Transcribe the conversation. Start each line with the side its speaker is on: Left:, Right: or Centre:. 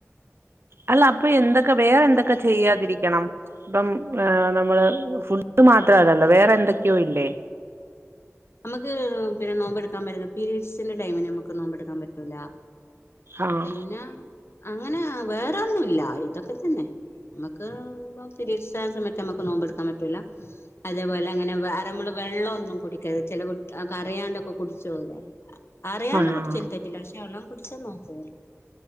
Right: അല്ല അപ്പൊ എന്തൊക്കെ വേറെ എന്തൊക്കെ ചെയ്യാതിരിക്കണം ഇപ്പം നമ്മള് ഫുഡ് മാത്ര അത്ര അതല്ല വേറെ എന്തൊക്കെയോ ഇല്ലേ
Left: നമുക്ക് പിന്നെ നോമ്പ്ടുക്കാൻറ്റുന്ന പീരീഡ്സിന്റെ ടൈമന് നമുക്ക് നോമ്പെടുക്കാൻ പറ്റൂല
Right: ആഹ്
Left: പിന്നെ അങ്ങനെ വേറോന്നുംല്ല ഇതൊക്കെ തന്നെ നമുക്ക് തിരീത്ത സമയത്ത് നമുക്ക് നോമ്പെടുക്കാൻ പറ്റൂല അതേപോലെ അങ്ങനെ അരമുളക വെള്ളമ ഒന്നും കുടിക്കരുത് ചെ കു കറിയാണ്ടൊക്കെ കുടിച്ചോലേ അറിയാണ്ട്
Right: ആഹ്
Left: കുടിച്ചല തറ്റില്ല പക്ഷെ വെള്ളാം കുടിച്ച നോക്കൂ